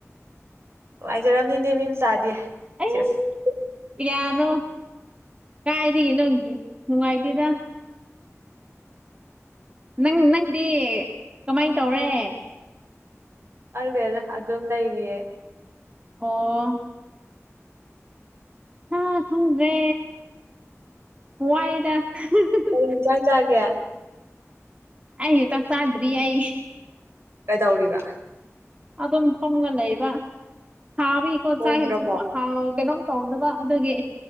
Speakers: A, on the right (about 55°); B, on the right (about 25°).
A: ꯅꯨꯡꯉꯥꯏꯖꯔꯝꯅꯤꯅꯦ ꯃꯤ ꯃꯆꯥꯗꯤ
B: ꯑꯩ
A: ꯁꯤꯁ
B: ꯀꯤꯌꯥꯅꯣ ꯀꯥꯏꯗꯒꯤ ꯅꯪꯗꯤ ꯅꯨꯉꯥꯏꯇꯦꯗ ꯅꯪ ꯅꯪꯗꯤ ꯀꯃꯥꯏꯅ ꯇꯧꯔꯦ
A: ꯈꯪꯗꯦꯗ ꯑꯗꯨꯝ ꯂꯩꯔꯤꯌꯦ
B: ꯑꯣ ꯍꯥꯥ ꯈꯡꯗ꯭ꯔꯦ ꯋꯥꯏꯗꯩ ꯍꯨ ꯍ ꯍꯨ
A: ꯀꯔꯤ ꯏꯟꯖꯥꯡ ꯆꯥꯒꯦ
B: ꯑꯩ ꯆꯥꯛ ꯆꯥꯗ꯭ꯔꯤ ꯑꯩ
A: ꯀꯩꯗꯧꯔꯤꯕ
B: ꯑꯗꯨꯝ ꯐꯝꯒ ꯂꯩꯕ ꯁꯥꯕꯒꯤꯀꯣ
A: ꯊꯣꯡꯗ꯭ꯔꯕꯣ
B: ꯆꯥꯍꯦꯁꯨꯞꯄ ꯀꯩꯅꯣꯝ ꯇꯧꯅꯕ ꯑꯗꯨꯒꯤ